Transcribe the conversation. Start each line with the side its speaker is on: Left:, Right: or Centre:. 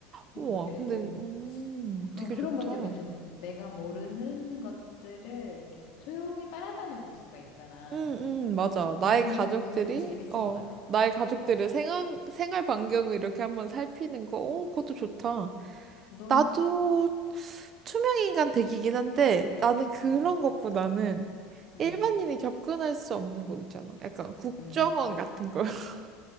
Right: 우와,
Left: 음, 그리고,
Right: 근데, 음, 되게
Left: 음, 그런
Right: 좋다.
Left: 것 때문에 좀 내가 모르는 것들을 이렇게 조용히 따라다녀 볼 수가 있잖아.
Right: 응, 응, 맞아. 나의
Left: 예, 그게
Right: 가족들이,
Left: 궁금해서 재밌을
Right: 어,
Left: 것 같아.
Right: 나의 가족들을
Left: 맞아.
Right: 생활, 생활 반경을 이렇게 한번 살피는 거, 어, 그것도 좋다.
Left: 어. 너는?
Right: 나도 투명인간 되기긴 한데, 나는 그런
Left: 응,
Right: 것보다는
Left: 응,
Right: 일반인이 접근할 수 없는 곳 있잖아. 약간 국정원
Left: 응.
Right: 같은 거. <laughs>